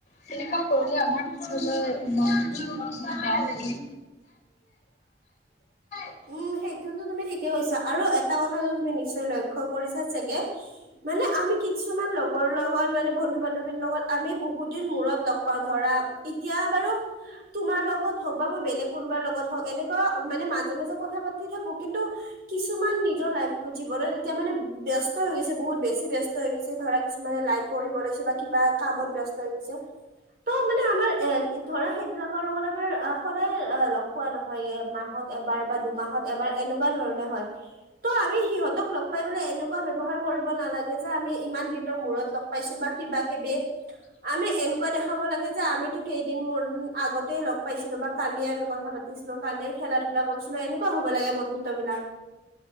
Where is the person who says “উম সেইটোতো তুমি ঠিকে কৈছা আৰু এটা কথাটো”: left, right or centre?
Right